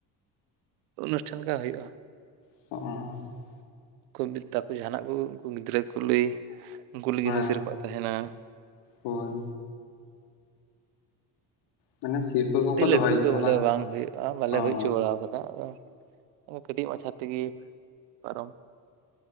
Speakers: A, on the right; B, on the left.
A: ᱚᱱᱩᱥᱴᱷᱟᱱ ᱞᱮᱠᱟ ᱦᱩᱭᱩᱜᱼᱟ ᱾
B: ᱚᱻ
A: <unintelligible> ᱡᱟᱦᱟᱱᱟᱜ ᱠᱚ ᱩᱱᱠᱩ ᱜᱤᱫᱽᱨᱟᱹ ᱠᱚ ᱞᱟᱹᱭ ᱩᱱᱠᱩ ᱞᱟᱹᱜᱤᱫ
B: ᱦᱮᱸ
A: ᱦᱚᱸ ᱥᱮᱨᱯᱟᱹ ᱛᱟᱦᱮᱱᱟ ᱾
B: ᱦᱳᱭ ᱾ ᱢᱟᱱᱮ ᱥᱤᱨᱯᱟᱹ ᱠᱚᱠᱚ
A: ᱟᱹᱰᱤ ᱞᱟᱹᱴᱩ
B: ᱫᱚᱦᱚᱭ
A: ᱫᱚ
B: ᱜᱮᱭᱟ
A: ᱵᱚᱞᱮ ᱵᱟᱝ ᱦᱩᱭᱩᱜᱼᱟ ᱵᱟᱞᱮ
B: ᱦᱚᱸ
A: ᱦᱩᱭ ᱦᱚᱪᱚ ᱵᱟᱲᱟ ᱠᱟᱫᱟ ᱟᱫᱚ ᱠᱟᱹᱴᱤᱡ ᱢᱟᱪᱷᱟ ᱛᱮᱜᱮ ᱯᱟᱨᱚᱢ